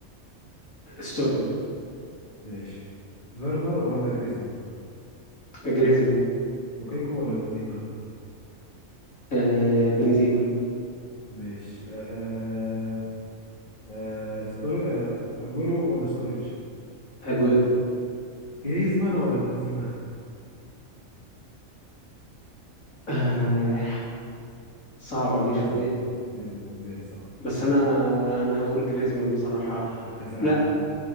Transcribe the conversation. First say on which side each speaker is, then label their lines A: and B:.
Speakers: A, on the left; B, on the left.
A: ستورج
B: ماشي فيرنر ولا جريزمان
A: جريزمان
B: لوكاكو ولا بنزيما
A: آه بنزيما
B: ماشي آه آه، آه ستوري آه اجويرو ولا ستوريج
A: اجويرو
B: جريزمان ولا بنزيما
A: آه صعبة
B: صراحة هو
A: دي
B: جريزمان
A: شوية
B: جريزمان بالنسبة لي الصراحة
A: بس انا انا هقول جريزمان بصراحة
B: آه كأس العالم
A: لا